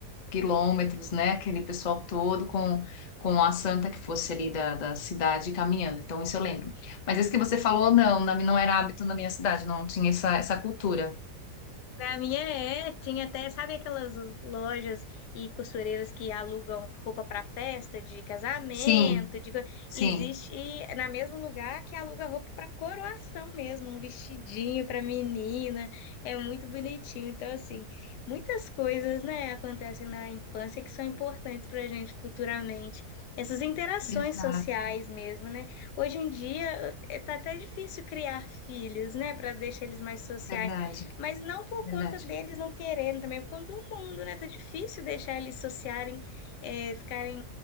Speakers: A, on the left; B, on the left.
A: quilômetros, né? Aquele pessoal todo com, com a santa que fosse ali da, da cidade caminhando. Então, isso eu lembro. Mas isso que você falou, não, na- não era hábito na minha cidade, não tinha essa, essa cultura.
B: Pra minha é, é, tinha até, sabe aquelas lojas e costureiras que alugam roupa pra festa, de casamento,
A: Sim,
B: de co-
A: sim.
B: existe e é na mesmo lugar que aluga roupa pra coroação mesmo, um vestidinho pra menina, é muito bonitinho. Então assim, muitas coisas, né, acontecem na infância que são importantes pra gente futuramente. Essas interações
A: Exato,
B: sociais mesmo, né? Hoje em dia eh, tá até difícil criar filhos, né, Pra deixar eles mais sociais
A: verdade,
B: mas não por
A: verdade.
B: conta deles não quererem também, por conta do mundo, né? Tá difícil deixar eles sociarem, é ficarem